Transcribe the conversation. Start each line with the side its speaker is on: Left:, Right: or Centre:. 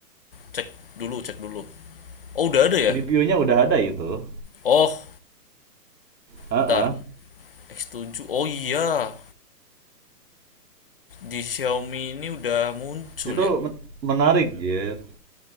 Left: cek dulu, cek dulu. Oh, udah ada ya?
Right: Reviewnya udah ada itu.
Left: Oh,
Right: Heeh.
Left: bentar.
Right: Uh-uh.
Left: x tujuh. Oh iya. Di Xiaomi ini udah muncul
Right: Itu
Left: ya.
Right: menarik, Jir.